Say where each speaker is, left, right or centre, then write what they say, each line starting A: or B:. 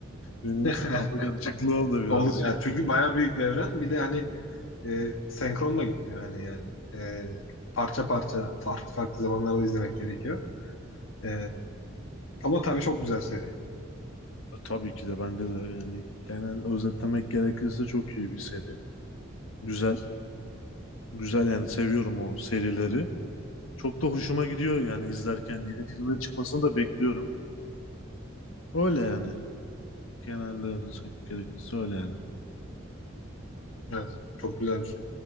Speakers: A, on the left (about 85°); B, on the left (about 70°).
A: Benim
B: <laughs>
A: kafa karışıklığı oldu birazcık.
B: Olur ya çünkü bayağı büyük bir evren. Bir de hani e, senkron da gitmiyor hani yani. E, parça parça farklı farklı zamanlarda izlemek gerekiyor. E, Ama tabii çok güzel seri.
A: E, Tabii ki de bence de yani genel özetlemek gerekirse çok iyi bir seri. Güzel. Güzel yani seviyorum o serileri. Çok da hoşuma gidiyor yani izlerken. Yeni filmlerin çıkmasını da bekliyorum. Öyle yani. Genelde gerekirse öyle yani.
B: Evet. Çok güzel bir şey.